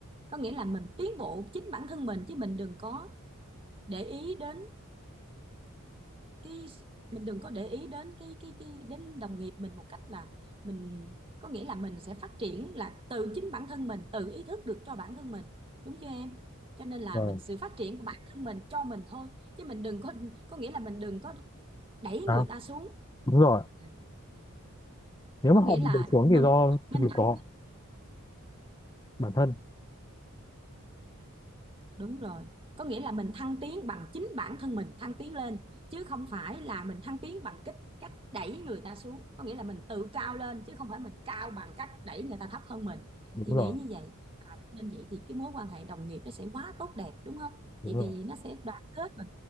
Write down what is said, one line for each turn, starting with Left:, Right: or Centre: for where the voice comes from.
Right: có nghĩa là mình tiến bộ chính bản thân mình chứ mình đừng có để ý đến cái mình đừng có để ý đến cái cái cái đến đồng nghiệp mình một cách là mình có nghĩa là mình sẽ phát triển là từ chính bản thân mình tự ý thức được cho bản thân mình đúng chưa em cho nên là
Left: Vâng.
Right: mình sự phát triển của bản thân mình cho mình thôi chứ mình đừng có có nghĩa là mình đừng có đẩy người
Left: Sao?
Right: ta xuống
Left: Đúng rồi
Right: Ừ.
Left: nếu
Right: có
Left: mà
Right: nghĩa
Left: họ bị
Right: là
Left: đẩy xuống
Right: mình
Left: thì do
Right: nên
Left: thực lực
Right: ăn
Left: của họ bản thân
Right: Đúng rồi. Có nghĩa là mình thăng tiến bằng chính bản thân mình thăng tiến lên chứ không phải là mình thăng tiến bằng cách cách đẩy người ta xuống. Có nghĩa là mình tự cao lên chứ không phải mình cao bằng cách đẩy người ta thấp hơn mình.
Left: đúng
Right: Chị nghĩ
Left: rồi
Right: như vậy. Nên vậy thì cái mối quan hệ đồng nghiệp nó sẽ quá tốt đẹp đúng không?
Left: đúng
Right: Vậy
Left: rồi
Right: thì nó sẽ đoàn kết và